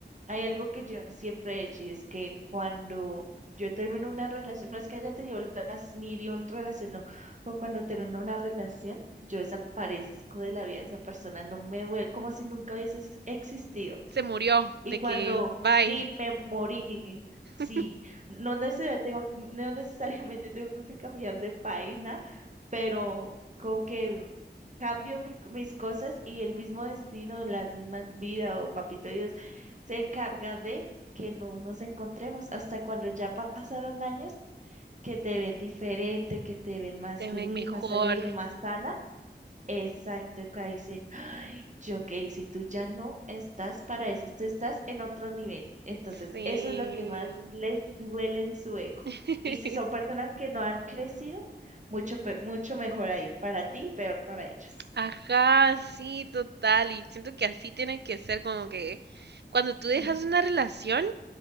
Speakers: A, on the right; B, on the right.
A: hay algo que yo siempre he hecho, y es que cuando yo termino una relación, no es que haya tenido las mil y un relación, no, pero cuando termino una relación, yo desaparezco de la vida de esa persona, no me vuelvo, como si nunca hubiese ex- existido.
B: Se murió
A: Y
B: de
A: cuando
B: que, bye,
A: sí me morí,
B: <laughs>
A: sí, no necesariamente tengo, no necesariamente <laughs> tengo que cambiar de página, pero como que cambio mi- mis cosas y el mismo destino, la misma vida o papito Dios se encarga de que no nos encontremos hasta cuando ya pasaron años que te ven diferente, que te ven más
B: te
A: feliz,
B: ven mejor.
A: más alegre, más sana Exacto, y que dicen, ay, yo qué hice, y tú ya no estás para eso, tú estás en otro nivel. Entonces,
B: Sí.
A: eso es lo que más les duele en su ego.
B: <laughs>
A: Y si son personas que no han crecido, mucho, pe- mucho mejor ahí, para ti, peor para ellos.
B: Ajá, sí, total. Y siento que así tiene que ser como que cuando tú
A: Sí,
B: dejas una relación,